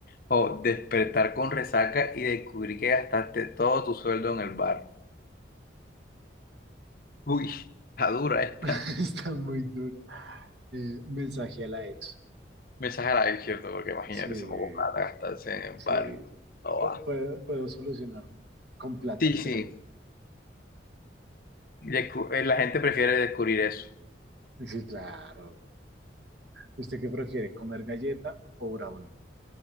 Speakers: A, on the left; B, on the right.
A: ¿O despertar con resaca y descubrir que gastaste todo tu sueldo en el bar? Uy, está dura esta.
B: <laughs> Está muy dura. Eh, mensaje a la ex.
A: Mensaje a la ex, ¿cierto? Porque imagínate,
B: Sí,
A: se poco plata gastarse en el
B: sí.
A: bar. No
B: Pu-
A: va.
B: puedo, puedo solucionar con plata,
A: Sí, sí.
B: pero
A: Descu- eh, la gente prefiere descubrir eso.
B: sí, claro. ¿Usted qué prefiere, comer galleta o brownie?